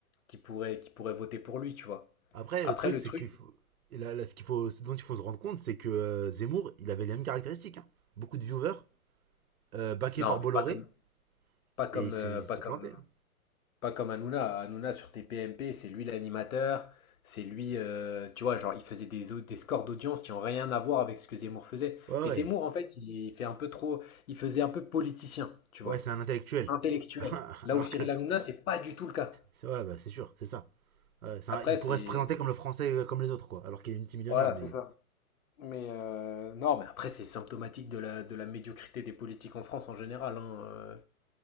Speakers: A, on the left; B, on the right.
A: qui pourraient, qui pourraient voter pour lui, tu vois.
B: Après,
A: Après,
B: le truc,
A: le
B: c'est
A: truc,
B: qu'il faut.
A: c'est-
B: et là- là, ce, qu'il faut, ce dont il faut se rendre compte, c'est que euh, Zemmour, il avait les mêmes caractéristiques. hein. Beaucoup de viewers, euh, backé
A: non,
B: par Bolloré,
A: mais pas comme, pas comme,
B: et il s'est
A: euh,
B: il
A: pas
B: s'est
A: comme
B: planté. hein.
A: Pas comme Hanouna. Hanouna sur T P M P, c'est lui l'animateur, c'est lui, euh, tu vois, genre il faisait des, au- des scores d'audience qui ont rien à voir avec ce que Zemmour faisait.
B: Ouais, ouais.
A: Et Zemmour, en fait, il fait un peu trop, il faisait un peu politicien, tu vois,
B: Ouais, c'est un intellectuel.
A: intellectuel.
B: <laughs>
A: Là
B: Alors
A: où Cyril
B: que.
A: Hanouna, c'est pas du tout le cas.
B: c'est- Ouais, bah, c'est sûr, c'est ça. Ouais, c'est
A: Après,
B: un- il
A: c'est,
B: pourrait se présenter comme le français euh, comme les autres, quoi. Alors qu'il est multimillionnaire,
A: voilà,
B: mais.
A: c'est ça. Mais euh, non, mais après, c'est symptomatique de la, de la médiocrité des politiques en France en général. hein. Euh,